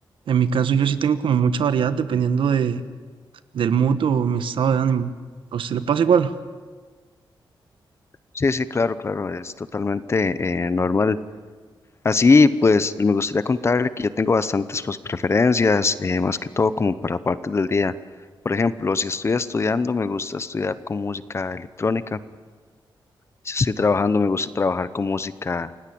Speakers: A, on the right (about 80°); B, on the left (about 30°).
A: en mi caso yo sí tengo como mucha variedad dependiendo de, del mood o mi estado de ánimo. ¿A usted le pasa igual?
B: Sí, sí, claro, claro, es totalmente eh, normal. Así, pues, me gustaría contarle que yo tengo bastantes, pues, preferencias, eh, más que todo como para partes del día. Por ejemplo, si estoy estudiando, me gusta estudiar con música electrónica. Si estoy trabajando, me gusta trabajar con música